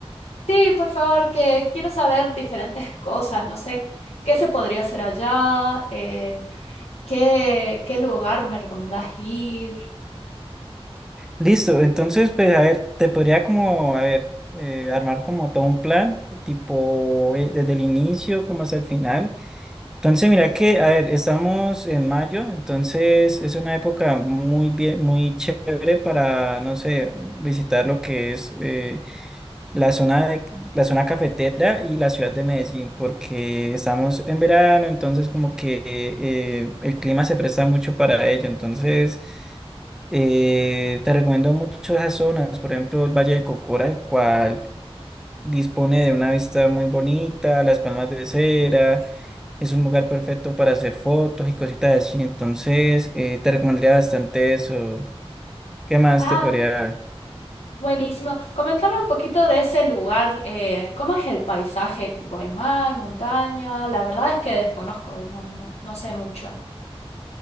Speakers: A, on the left; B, in the centre.
A: Sí, por favor, que quiero saber diferentes cosas. No sé qué se podría hacer allá, eh, qué, qué lugar me recomendás ir.
B: Listo, entonces, pues a ver, te podría como, a ver, eh, armar como todo un plan, tipo eh, desde el inicio como hasta el final. Entonces, mira que, a ver, estamos en mayo, entonces es una época muy bien, muy chévere para, no sé, visitar lo que es... eh, la zona, de- la zona cafetera y la ciudad de Medellín, porque estamos en verano, entonces como que eh, el clima se presta mucho para ello. Entonces, eh, te recomiendo mucho esas zonas, por ejemplo, el Valle del Cocora, el cual dispone de una vista muy bonita, las palmas de cera, es un lugar perfecto para hacer fotos y cositas así. Entonces, eh, te recomendaría bastante eso. ¿Qué más
A: Ah,
B: te podría...
A: buenísimo. Coméntame un poquito de ese lugar. eh, ¿cómo es el paisaje? Tipo, ¿hay mar, montaña? La verdad es que desconozco, no, no, no sé mucho.